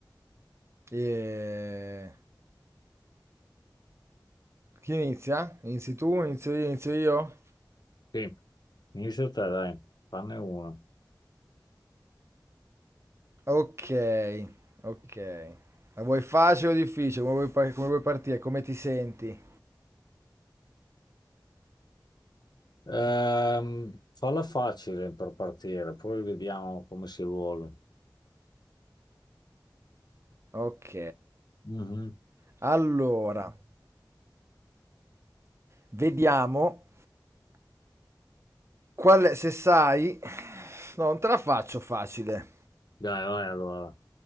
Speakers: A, on the right; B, on the left.
A: E... Chi inizia? Inizi tu, inizio io, inizio io?
B: Sì, inizia te, dai, fanne una.
A: Ok, ok. La vuoi facile o difficile? Come vuoi, par- come vuoi partire? Come ti senti?
B: Ehm, falla facile per partire, poi vediamo come si vuole.
A: Ok.
B: Mhm.
A: Allora, vediamo qual è- se sai... No, non te la faccio facile.
B: Dai, vai allora.